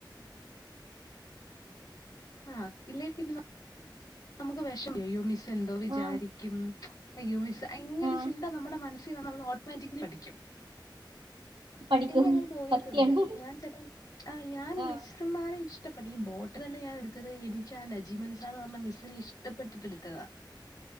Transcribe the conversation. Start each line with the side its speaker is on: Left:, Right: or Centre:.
Left: <inaudible> ആഹ് ഇല്ലേപിന്നെ ന നമുക്ക് വിഷമം അ്യ്യോ മിസ്സ്ന്തോവിചാരിക്കും
Right: ആ
Left: പ്ച് അയ്യോമിസ്സ് ങ്ങെരുചിന്ത
Right: ആ
Left: മ്മുടെമനസ് <unintelligible> ഓട്ടോമാറ്റ്ക്കലിപഠിക്കും.
Right: പഠിക്കും
Left: എനിക്അങ്ങനെതോന്നിയിട്ടുണ്ട്.
Right: സത്യാണ്
Left: ഞാൻചില ആഞാൻ
Right: ആ
Left: മിസ്സ്ന്മാരെ ഇഷ ടപ്പെട്ട ഈബോട്ട്ന് തന്നെഞാൻ ടുത്തത് എനിക്കാനജീമന്സാന്ന്പറഞ്ഞ മിസ്സിന്ഇഷ്ടപ്പെട്ടിട്ട്ട്ത്തതാ